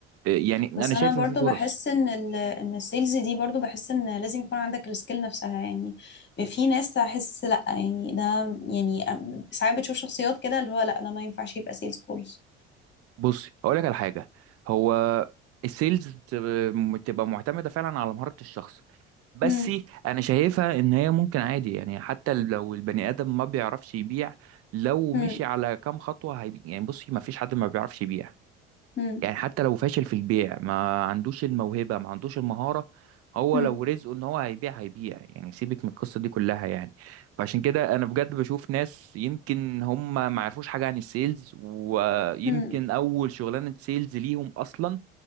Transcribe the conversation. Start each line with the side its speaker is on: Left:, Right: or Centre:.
Right: يعني انا
Left: بس
Right: شايف
Left: انا برضو
Right: ان في فرص
Left: بحس ان ال ان السيلز دي برضو بحس ان لازم يكون عندك السكيل نفسها يعني في ناس احس لا يعني ده يعني أم- ساعات بتشوف شخصيات كده اللي هو لا ده ما ينفعش يبقى سيلز خالص
Right: بصي هقول لك على حاجه هو السيلز بتبقى بتبقى معتمده فعلا على مهاره الشخص بس
Left: امم
Right: انا شايفها ان هي ممكن عادي يعني حتى لو البني ادم ما بيعرفش يبيع لو مشي
Left: امم
Right: على كام خطوه هيبيع يعني بصي ما فيش حد ما بيعرفش يبيع
Left: امم
Right: يعني حتى لو فاشل في البيع ما عندوش الموهبة ما عندوش المهارة هو
Left: امم
Right: لو رزقه ان هو هيبيع هيبيع يعني سيبك من القصة دي كلها يعني فعشان كده انا بجد بشوف ناس يمكن هم ما يعرفوش حاجة عن السيلز ويمكن
Left: امم
Right: اول شغلانة سيلز ليهم اصلا